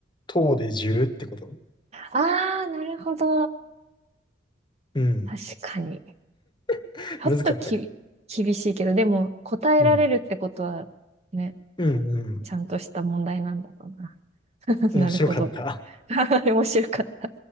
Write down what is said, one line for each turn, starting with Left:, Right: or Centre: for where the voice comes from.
Left: とでじゅ0ってこと
Right: あー、なるほど。
Left: うん。
Right: 確かに。
Left: <laughs>
Right: ちょっとき、
Left: むずかったか。
Right: 厳しいけど、でも答えられるってことはね、
Left: うん。うんうん。
Right: ちゃんとした問題なんだろうな。<laughs>
Left: 面白かった。
Right: なるほど。<laughs> 面白かった。